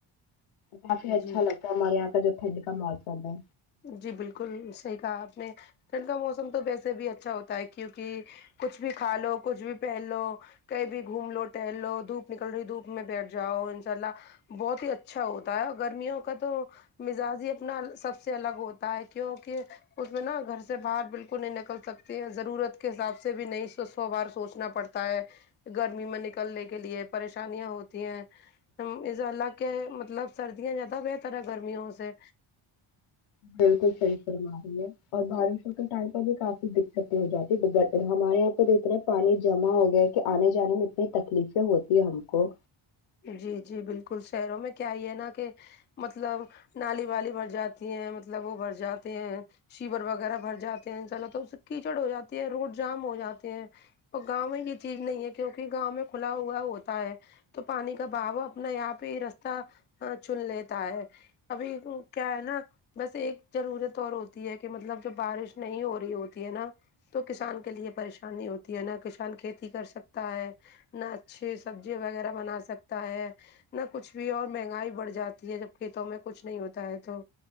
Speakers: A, on the left; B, on the left.
A: کافی
B: جی
A: اچھا لگتا ہے ہمارے یہاں کا جو ٹھنڈ کا موسم ہے
B: جی بالکل صحیح کہا آپ نے ٹھنڈ کا موسم تو ویسے بھی اچھا ہوتا ہے کیونکہ کچھ بھی کھا لو کچھ بھی پہن لو کہیں بھی گھوم لو ٹہل لو دھوپ نکل رہی دھوپ میں بیٹھ جاو انشاء اللہ بہت ہی اچھا ہوتا ہے اور گرمیوں کا تو مزاج ہی اپنا سف سے الگ ہوتا ہے کیونکہ اس میں نا گھر سے باہر بالکل نہیں نکل سکتے ہیں ضرورت کے حساب سے سے بھی نہیں سو سو بار سوچنا پڑتا ہے گرمی میں نکلنے کے لیے پریشانیاں ہوتی ہیں انشاء اللہ کہ مطلب سردیاں زیادہ بہتر ہے گرمیوں سے
A: بالکل صحیح فرما رہی ہے اور بارشوں کے ٹائم بھی کافی دقتیں ہو جاتی ہے ڈباکر ہمارے یہاں پہ تو اتنا پانی جمع ہو گیا کہ آنے جانے میں میں تکلیفیں ہوتی ہے ہم کو
B: جی جی بالکل شہروں میں کیا ہی ہے نا کہ مطلب نالی والی بھر جاتی ہیں مطلب وہ بھر جاتے ہیں شیور وغیرہ بھر جاتے ہیں ان سے چلو تو اس سے کیچڑ ہو جاتی ہے روڈ جام ہو جاتے ہیں تو گاؤں میں یہ چیز نہیں ہے کیوںکہ گاؤں میں کھلا ہوا ہوتا ہے تو پانی کا بھاؤ اپنے آپ ہی رستہ چن لیتا ہے ابھی وہ کیا ہے نا بس ایک ضرورت اور ہوتی ہے کہ مطلب جب بارش نہیں ہو رہی ہوتی ہے نا تو کسان کے لیے پریشانی ہوتی ہے نہ کسان کھیتی کر سکتا ہے نہ اچھی سبزی وغیرہ بنا سکتا ہے نہ کچھ بھی اور مہنگائی بڑھ جاتی ہے جب کھیتوں میں کچھ نہیں ہوتا ہے تو